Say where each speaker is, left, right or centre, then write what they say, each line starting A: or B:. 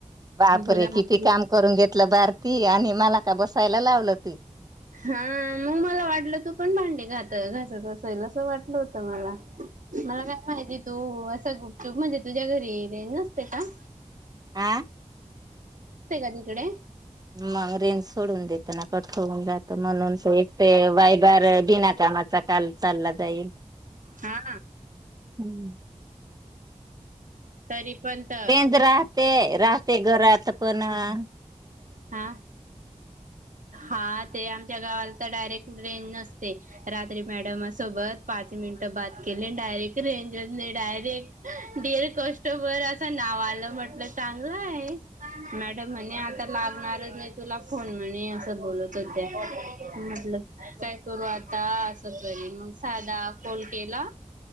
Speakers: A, on the right; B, on the right.
A: बापरे!
B: दुधामध्ये
A: किती काम करून घेतलं भारती आणि मला का बसायला लावलं की,
B: हा आ मला वाटलं तू पण भांडी घात घासत असेल, असं वाटलं होतं मला. मला काय माहिती तू अ असं गुपचूब मधे तुझ्या घरी येइन. <inaudible>
A: आ
B: तिकडे?
A: मग रेंज सोडून देत ना! कट होऊन जातं. म्हणून एक ते <unintelligible> बिनाकामाचा काल, चालला जाईल.
B: हा.
A: हम्म.
B: तरी. पण तर
A: रेंज राहते राहते घरात पण हं.
B: हा हा ते आमच्या गावाला तर डायरेक्ट रेंज नसते रात्री मॅडम सोबत पाच मिनिट बात केले, डायरेक्ट रेंज नाही डायरे <inaudible> कस्टमरचा. गावाला म्हटलं चांगलं आहे. मॅडम म्हणे. लागणारचं नाही तुला फोन म्हणे असं बोलत होते. म्हटलं काय करू आता असं करील मग साधा कॉल केला